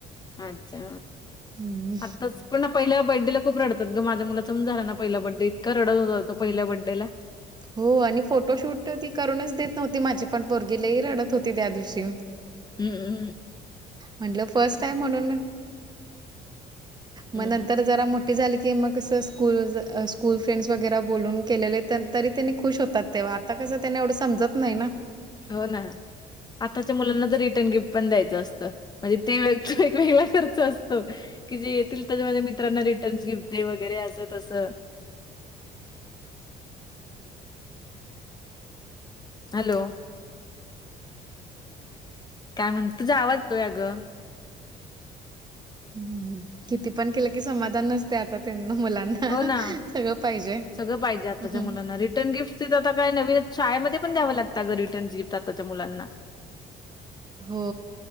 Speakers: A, on the left (about 25°); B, on the right (about 25°).
A: अच्छा,
B: हं,
A: आताच पण ना पहिल्या बड्डेला खूप रडतात ग माझ्या मुलाचा पण झाला ना पहिल्या बड्डे इतका रडत होत होता तो पहिल्या बड्डेला.
B: हो आणि फोटोशूट ती करूनच देत नव्हती माझी पण पोरगी लही रडत होती त्या दिवशी.
A: हम्म्!
B: म्हटलं फस्ट आहे म्हणून
A: हम्म,
B: मग नंतर जरा मोठी झाली की मगं कस स्कूल स्कूल फ्रेंड्स वगैरे बोलून केलेले त्या तरी त्यांनी खुश होतात तेव्हा आता कसं त्यांनी एवढं समजत नाही ना.
A: हो ना आताच्या मुलांना तर रिटर्न गिफ्ट पण द्यायचं असतं. म्हणजे ते एक वेगळा खर्च असतो. की जे येतील त्याचे माझ्या मित्रांना रिटर्न्स गिफ्ट दे वगैरे असत असं तसं. हॅलो! काय म्हणत तुझा आवाज ग
B: हम् किती पण केलं कि समाधान नसतंय आता त्यांना मुलांना.
A: हो ना!
B: सगळं पाहिजे.
A: सगळ पाहिजे आताच्या
B: हं.
A: मुलांना रिटर् गिफ्ट ची आता काय नवीनच, शाळेमध्ये पण द्याव लागंत आग रिटर्नस गिफ्ट आताच्या मुलांना.
B: हो.